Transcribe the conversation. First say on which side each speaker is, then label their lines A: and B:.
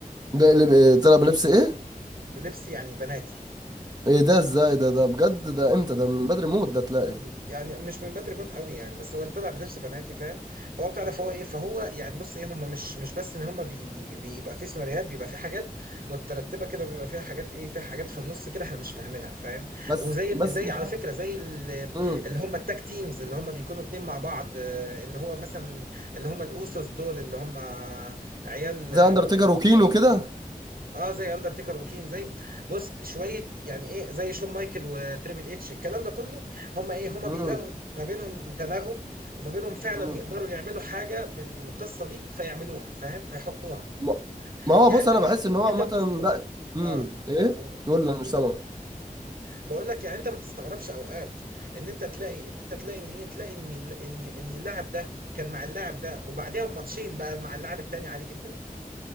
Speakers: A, on the right; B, on the right.
A: ده اللي طلع بلبس ايه؟
B: بلبس يعني بناتي
A: ايه ده ازاي ده ده بجد ده امتى ده من بدري موت ده تلاقي
B: يعني مش من بدري موت قوي يعني بس هو اللي طلع بنفس بناتي فاهم فهو بتاع ده فهو ايه فهو يعني بص ايه هم مش مش بس ان هم بي بيبقى في سيناريوهات بيبقى في حاجات مترتبه كده وبيبقى فيها حاجات ايه في حاجات في النص كده احنا مش فاهمينها فاهم
A: بس
B: وزي ال-
A: بس
B: زي
A: مش
B: على فكره زي ال-
A: امم
B: اللي هم التاك تيمز اللي هم بيكونوا اتنين مع بعض آه، اللي هو مثلا اللي هم الاوسوس دول اللي هم عيال
A: زي اندرتيكر وكين وكده
B: اه زي اندرتيكر وكين زي بص شويه يعني ايه زي شون مايكل وتريبل اتش الكلام ده كله هم ايه هم
A: امم
B: بيلاقوا ما بينهم تناغم وما بينهم فعلا
A: امم
B: يقدروا يعملوا حاجه بالقصه دي فيعملوها فاهم فيحطوها
A: ما ما هو
B: يعني
A: بص
B: انت
A: انا
B: ايه
A: بحس ان هو عامه
B: انت ما بتست...
A: لا امم
B: اه
A: ايه
B: قول.
A: يقول لي انا مش سامع
B: بقول لك يعني انت ما تستغربش اوقات ان انت تلاقي ان انت تلاقي ان ايه تلاقي ان ال- ان ان اللاعب ده كان مع اللاعب ده وبعديها بماتشين بقى مع اللاعب التاني عادي جدا